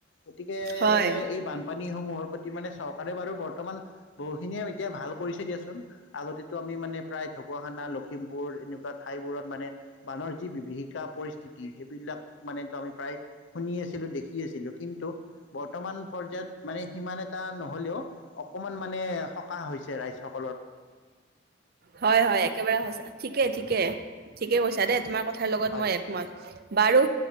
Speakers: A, on the left; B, on the right.
A: গতিকে
B: হয়।
A: মানে এই বানপানী সমূহৰ প্ৰতি মানে চৰকাৰে বাৰু বৰ্তমান বহুখিনিয়ে এতিয়া ভাল কৰিছে দিয়াচোন। এই আগতেতো আমি মানে প্ৰায় ঢকুৱাখানা, লখিমপুৰ এনেকুৱা ঠাইবোৰত মানে বানৰ যি বিভীষিকা পৰিস্থিতি সেই বিলাক মানে আমি প্ৰায় শুনি আছিলোঁ, দেখি আছিলোঁ। কিন্তু বৰ্তমান পৰ্যায়ত মানে সিমান এটা নহ'লেও, অকমান মানে সকাহ হৈছে ৰাইজক।
B: হয়-হয়, একেবাৰে সঁচা ঠিকে, ঠিকে, ঠিকে কৈছা দেই তোমাক কথাৰ লগত
A: হয়
B: মই একমত। বাৰু